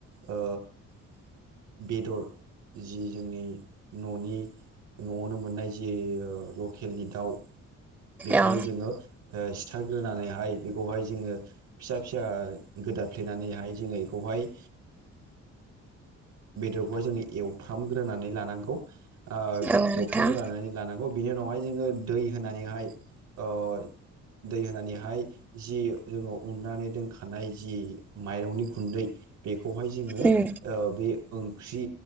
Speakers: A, on the right; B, in the centre.
A: ओ बेदर जि जोंनि न'नि न'आवनो मोननाय जे लकेलनि दाउ बेखौहाय
B: औ
A: जोङो सिथारग्रोनानैहाय बेखौहाय जोङो फिसा फिसा दाफ्लेनानैहाय जोङो एखौहाय बेदरखौहाय जोङो एवफ्रामग्रोनानै लानांगौ ओ
B: औ नोंथां
A: एवफ्रामखौ दानानै लानांगौ बिनि उनावहाय जोङो दै होनानैहाय ओ दै होनानैहाय जि जोङो उननानै दोनखानाय जि माइरंनि गुन्दै बेखौ खौहाय जोङो
B: उम
A: बे ओंख्रि